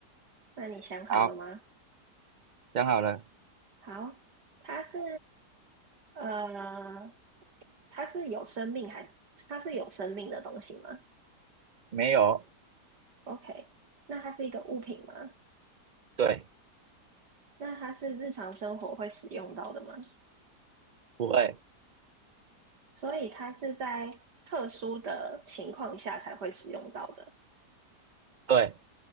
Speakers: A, on the right (about 80°); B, on the right (about 55°).
A: 那你想好了吗？
B: 好，想好了
A: 好，它是呃，它是有生命还它是有生命的东西吗
B: 没有？
A: ？OK，那它是一个物品吗？
B: 对，
A: 那它是日常生活会使用到的吗？
B: 不会，
A: 所以它是在特殊的情况下才会使用到的。
B: 对，